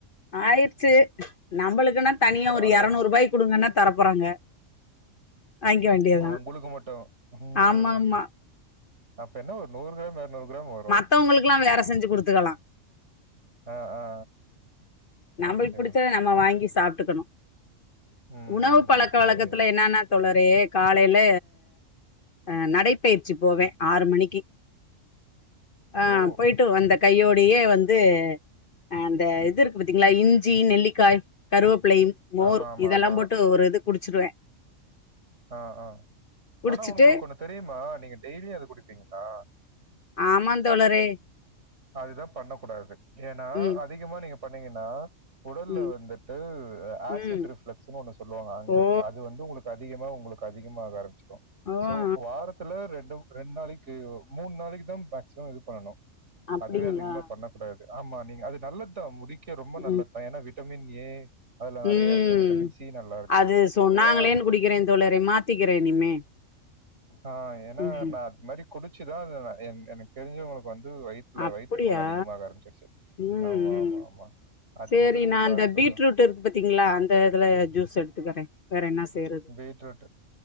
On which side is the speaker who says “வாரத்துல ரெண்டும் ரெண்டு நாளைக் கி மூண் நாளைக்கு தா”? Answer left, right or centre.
Right